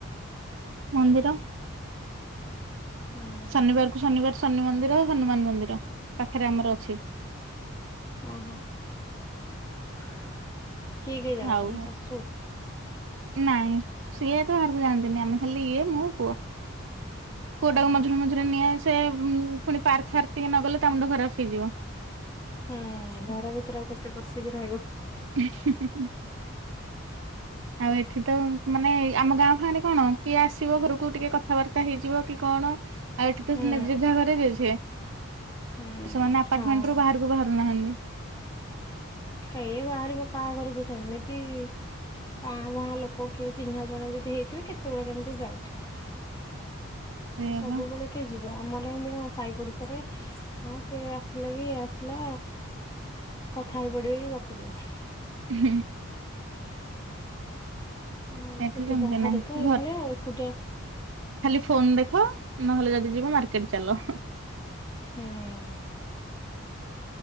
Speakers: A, on the right; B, on the left.
A: ମନ୍ଦିର
B: ହୁଁ-ହୁଁ।
A: ଶନିବାରକୁ ଶନିବାର ଶନି ମନ୍ଦିର ହନୁମାନ୍ ମନ୍ଦିର ପାଖେରେ ଆମର ଅଛି।
B: ଅହ, କିଏ-କିଏ ଯାଅ
A: ଆଉ
B: ତମ ଶାଶୁ?
A: ନାଇଁ ସିଏ ତ ବାହାରକୁ ଯାଆନ୍ତିନି, ଆମେ ଖାଲି ଇଏ, ମୁଁ, ପୁଅ ପୁଅଟାକୁ
B: ଓହୋ
A: ମଝିରେ-ମଝିରେ ନିଏ, ସେ ପୁଣି ପାର୍କ ଫାର୍କ ଟିକେ ନ ଗଲେ ତା ମୁଣ୍ଡ ଖରାପ୍ ହେଇଯିବ।
B: ହୁଁ ଘର ଭିତେରେ ଆଉ କେତେ ପଶିକି ରହିବ?
A: ହୁଁ-ହୁଁ-ହୁଁ। ଆଉ ଏଠି ତ ମାନେ ଆମ ଗାଁ ଫାଆଁ ରେ କଣ କିଏ ଆସିବ ଘରକୁ ଟିକେ କଥାବାର୍ତ୍ତା ହେଇଯିବ କି କଣ। ଆଉ ଏଠି
B: ହୁଁ
A: ଜେଝା ଘରେ ଜେଝେ,
B: ହୁଁ
A: ସେମାନେ ଆପାର୍ଟମେଣ୍ଟରୁୁ
B: ହଁ
A: ବାହାରକୁ ବାହାରୁ ନାହାନ୍ତି।
B: କେ ବାହାରିବ କାହା ଘରକୁ ସେମିତି କା ଭଁ ଲୋକ କି ଚିହ୍ନା ଜଣା ଯଦି ହେଇଥିବେ କେତେବେଳେ କେମିତି ଯାଉଥିବେ।
A: ସେଇଆ
B: ଆଉ ସବୁବେଳେ
A: ପା
B: କିଏ ଯିବ, ଆମର ଏମିତି କଣ ସହି ପଡିଶାରେ ହଁ ସେ ଆସିଲା କି ଆସିଲା କଥା ହେଇ ପଡିବେ କି ଗପିଦେବେ।
A: ହୁଁ।
B: ଆଉ
A: ଏଠି
B: ସେଠି
A: ସେମିତି
B: ବାହାରେ
A: ନାହିଁ
B: ତ ଏଇଭଳିଆ
A: ଘ
B: ଆଉ ଏକୁଟିଆ
A: ଖାଲି ଫୋନ ଦେଖ, ନହେଲେ ଯଦି ଯିବ ମାର୍କେଟ୍ ଚାଲ।
B: ହୁଁ।